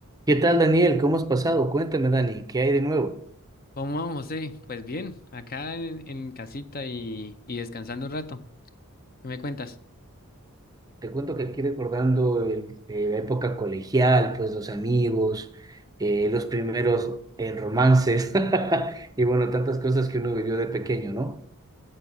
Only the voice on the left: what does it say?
¿Cómo vamos, José? Pues bien, acá en, en casita y, y descansando un rato. ¿Qué me cuentas?